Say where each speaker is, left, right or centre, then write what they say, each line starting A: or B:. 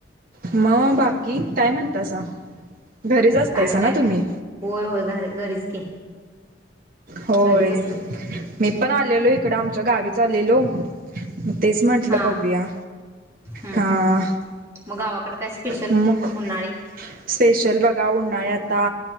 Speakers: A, on the right; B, on the right.
A: मग बाकी काय म्हणतासा, घरीच असतायसा
B: काय नाही
A: ना तुम्ही.
B: होय होय घरी घरीच की.
A: होय,
B: घरीच असते
A: मी पण आलेलो इकडं आमच्या गावीच आलेलो. मग तेच म्हटलं
B: हा
A: बघूया,
B: हम्म
A: हा.
B: हम्म मग गावाकडे काय स्पेशल,
A: मग
B: उनाळी.
A: स्पेशल बघा उन्हाळी आता.